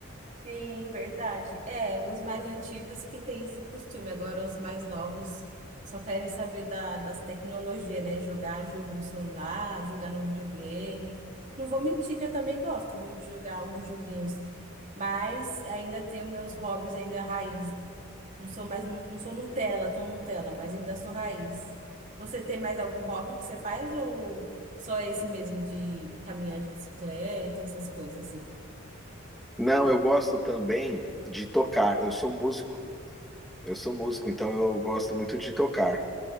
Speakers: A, on the right; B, in the centre.
A: Sim, verdade. É, os mais antigos que têm esse costume, agora os mais novos só querem saber da, das tecnologias, né? Jogar jogo no celular, jogar no videogame. Não vou mentir que eu também gosto, viu, de jogar alguns joguinhos, mas ainda tenho meus hobbies ainda raiz. Não sou mais, não, não sou Nutella, tão Nutella, mas ainda sou raiz. Você tem mais algum hobby que você faz ou só esse mesmo de caminhar de bicicleta, essas coisas assim?
B: Não, eu gosto também de tocar. Eu sou músico. Eu sou músico, então eu gosto muito de tocar.